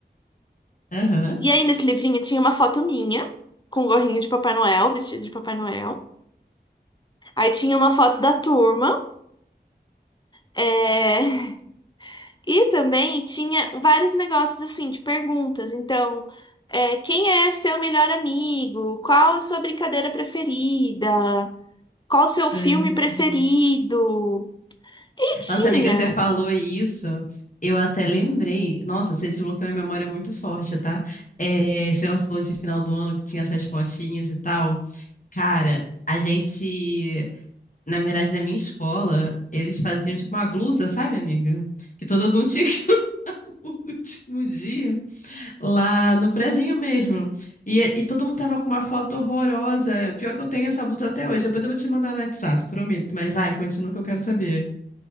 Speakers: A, on the left (about 45°); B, on the left (about 25°).
A: Aham.
B: E aí nesse livrinho tinha uma foto minha, com o gorrinho de Papai Noel, vestido de Papai Noel. Aí tinha uma foto da turma. É... <laughs> E também tinha vários negócios assim de perguntas. Então, é, quem é seu melhor amigo? Qual a sua brincadeira preferida? Qual o seu filme
A: Ai, meu
B: preferido?
A: Deus.
B: E tinha.
A: Nossa, amiga, você falou isso. Eu até lembrei. Nossa, você desbloqueou uma memória muito forte, tá? É, esse negócio que você falou de final do ano que tinha essas fotinhas e tal. Cara, a gente, na verdade, na minha escola, eles faziam tipo uma blusa, sabe, amiga? Que todo mundo tinha que <laughs> o último dia. Lá no prezinho mesmo. E, e todo mundo tava com uma foto horrorosa. O pior é que eu tenho essa blusa até hoje. Depois eu vou te mandar no WhatsApp, prometo. Mas vai, continua que eu quero saber.